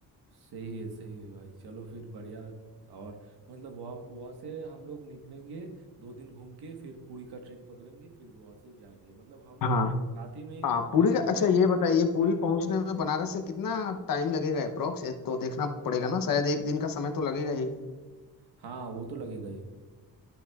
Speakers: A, on the right; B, on the left.
A: सही है सही है भाई चलो फिर बढ़िया लग- और मतलब वहाँ वहाँ से हम लोग निकलेंगे दो दिन घूम के फिर पुरी का ट्रेन पकड़ेंगे फिर वहाँ से जाएंगे मतलब हम
B: हाँ
A: साथ ही में
B: हाँ पूरी का-
A: दोनों
B: अच्छा ये बताइए पूरी पहुंचने में बनारस से कितना टाइम लगेगा अप्रोक्स तो देखना पड़ेगा ना शायद एक दिन का समय तो लगेगा ही
A: हाँ वो तो लगेगा ही